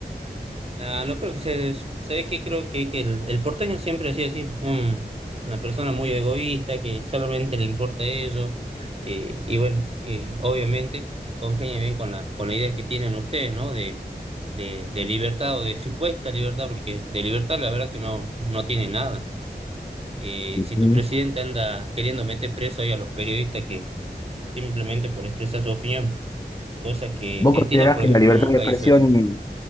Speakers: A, on the right; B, on the left.
A: Ah, no creo que se... eso. ¿Sabés qué? Creo que, que el, el porteño siempre ha sido así. un- una persona muy egoísta que solamente le importa eso. eh, y bueno, eh, obviamente congenia bien con la, con las ideas que tienen ustedes, ¿no? de, de libertad o de supuesta libertad, porque de libertad la verdad que no, no tiene nada. Eh,
B: Ujú.
A: si tu presidente anda queriendo meter preso ahí a los periodistas que simplemente por expresar su opinión, cosa que
B: ¿Vos
A: Cristina,
B: considerás
A: por
B: que
A: ejemplo,
B: la libertad
A: nunca
B: de expresión,
A: hizo eso.